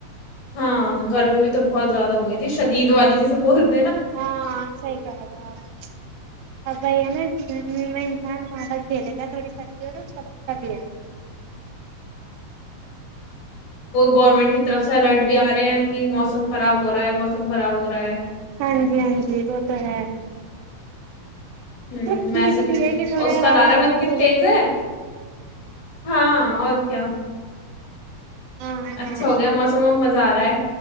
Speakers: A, on the left; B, on the right.
A: ہاں گرمی بھی تو بہت زیادہ ہوئی شدید والی جیسے بہت
B: ہاں صحیح کہہ رہے ہو اپ ہاں وہی ہے نا گرمی میں انسان کل کھیلے گا تھوڑی سبزی ہو تو سب سبیا
A: گورنمنٹ کی طرف سے الرٹ بھی ا رہے ہیں کہ موسم خراب ہو رہا ہے موسم خراب ہو رہا ہے
B: ہاں جی ہاں جی وہ تو ہے
A: ہ
B: تو ٹھیک
A: مس
B: بھی ہے کہ تھوڑے
A: اس کا
B: راحت
A: لارا بھی
B: پاحت
A: اتنی
B: ہو
A: تیز
B: گئی
A: ہے ہاں اور کیا
B: ہاں ہاں
A: اچھا ہو گیا موسم مزہ آ رہا ہے